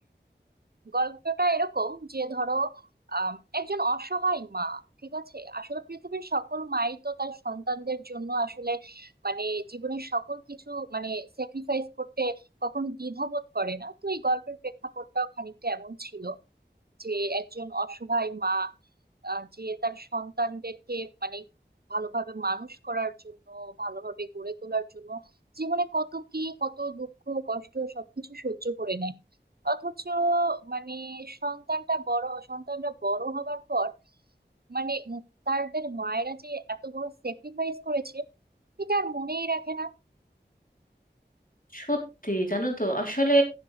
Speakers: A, on the right; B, on the left.
A: গল্পটা এরকম যে ধরো আম, একজন অসহায় মা ঠিক আছে আসলে পৃথিবীর সকল মাই তো তার সন্তানদের জন্য আসলে মানে জীবনের সকল কিছু মানে স্যাক্রিফাইস করতে কখনো দ্বিধাবোধ করে না তো এই গল্পের প্রেক্ষাপটটাও খানিকটা এমন ছিল যে একজন অসহায় মা আহ, যে তার সন্তানদেরকে মানে ভালোভাবে মানুষ করার জন্য ভালোভাবে গড়ে তোলার জন্য জীবনে কত কি কত দুঃখ কষ্ট সবকিছু সহ্য করে নেয় অথচ মানে সন্তানটা বড় সন্তানরা বড় হবার পর মানে উম তাদের মায়েরা যে এত বড় স্যাক্রিফাইস করেছে এটা আর মনেই রাখে না
B: সত্যি জানো তো আসলে